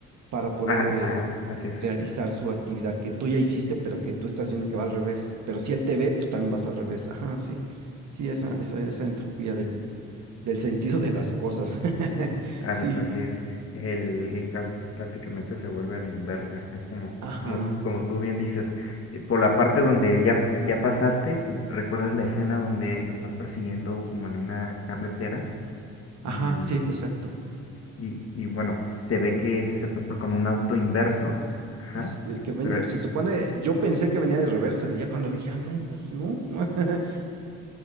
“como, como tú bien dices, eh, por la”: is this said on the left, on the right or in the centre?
Left